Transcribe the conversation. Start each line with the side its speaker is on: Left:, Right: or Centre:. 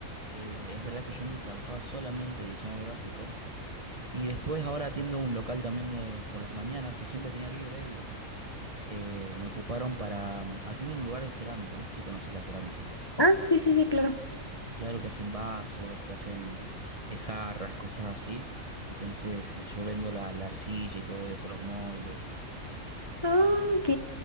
Right: Eh, es verdad que yo antes trabajaba solamente de diseño gráfico y después ahora atiendo un local también de- por las mañanas que siempre tenía libre y eh, me ocuparon para mm, atiendo en un lugar de cerámica. No sé si conoces la cerámica.
Left: Ah, sí, sí, sí, claro.
Right: Claro que hacen vasos, que hacen eh, jarras, cosas así. Entonces eh, yo vendo la, la arcilla y todo eso, los moldes.
Left: Ah, ok.